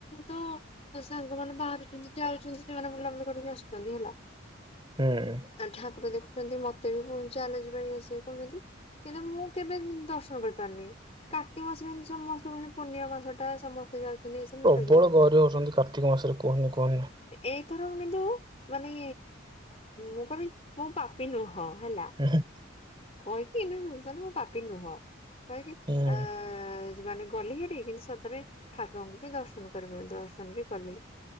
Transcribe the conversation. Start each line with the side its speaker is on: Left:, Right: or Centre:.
Left: ତ ମୋ ସାଙ୍ଗ ମାନେ ବାହାରିକିନି ଜାଉଛନ୍ତି ସେମାନେ ବୁଲାବୁଲି କରିକି ଆସୁଚନ୍ତି ହେଲା।
Right: ହୁଁ।
Left: ଆଉ ଠାକୁର ଦେଖୁଛନ୍ତି ମତେ ବି ପୁଣି ଚାଲ ଯିବା ଇଏ ସିଏ କହୁଛନ୍ତି। କିନ୍ତୁ ମୁଁ କେବେ ଦର୍ଶନ କରିପାରିନି। କାର୍ତ୍ତିକ ମାସରେ ଏମତି ସମସ୍ତେ ମାନେ ପୁନିଅଁ ମାସ ଟା ସମ ତେ ଯାଉଛନ୍ତି ଏ ସମୟ ରେ ତୁ
Right: ପ୍ରବଳ
Left: ଯାନି।
Right: ଗହଳି ହଉଛନ୍ତି କାର୍ତ୍ତିକ ମାସରେ କୁହନି କୁହନି
Left: ଏଇଥର କିନ୍ତୁ ମାନେ ମୁଁ କହିବି ମୁଁ ପାପି ନୁହଁ ହେଲା।
Right: ଉଁ ହୁଁ।
Left: କହିକି <unintelligible> ମୁଁ ପାପି ନୁହଁ କହିକି
Right: ହୁଁ
Left: ଆଁ ଯେ ମାନେ ଗଲି ହେରି କିନ୍ତୁ ସତରେ ଠାକୁରଙ୍କୁ ବି ଦର୍ଶନ କରି <unintelligible> ଦର୍ଶନ ବି କଲି।